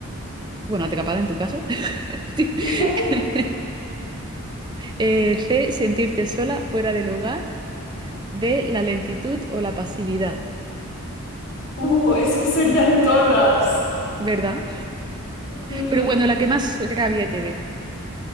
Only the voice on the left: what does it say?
<laughs>
Uh, es que serían todas.
Mm.